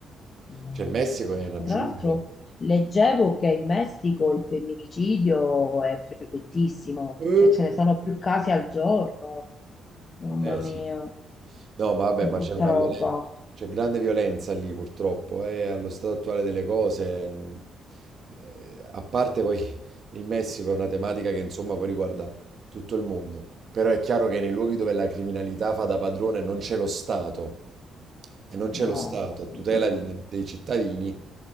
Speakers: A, on the left; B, on the right.
A: Mamma
B: Cioè il Messico
A: mia.
B: è una
A: Ma
B: giungla.
A: tra l'altro leggevo che in Messico il femminicidio è frequentissimo,
B: Eh,
A: cioè ce ne sono più casi al giorno. Mamma
B: eh
A: mia,
B: sì. No, ma vabbè,
A: che
B: ma
A: brutta
B: c'è una
A: roba.
B: violenza, c'è grande violenza lì purtroppo, eh, allo stato attuale delle cose, mh, eh, a parte poi <laughs> il Messico è una tematica che insomma poi riguarda tutto il mondo, però è chiaro che nei luoghi dove la criminalità fa da padrone non c'è lo Stato e non c'è
A: No,
B: lo Stato
A: assolutamente.
B: a tutela di- dei cittadini,